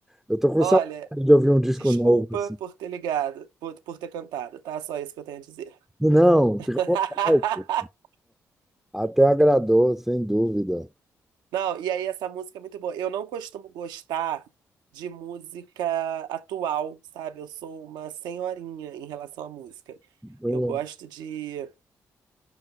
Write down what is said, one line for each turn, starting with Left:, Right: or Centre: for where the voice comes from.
Centre: Eu tô com
Right: Olha,
Centre: saudade de ouvir um disco
Right: desculpa
Centre: novo, assim.
Right: por ter ligado, por, por ter cantado, tá? Só isso que eu tenho a dizer.
Centre: Não,
Right: <laughs>
Centre: fica à vontade. Até agradou, sem dúvida.
Right: Não, e aí essa música é muito boa. Eu não costumo gostar de música atual, sabe? Eu sou uma senhorinha em relação à música.
Centre: Bem,
Right: Eu gosto de,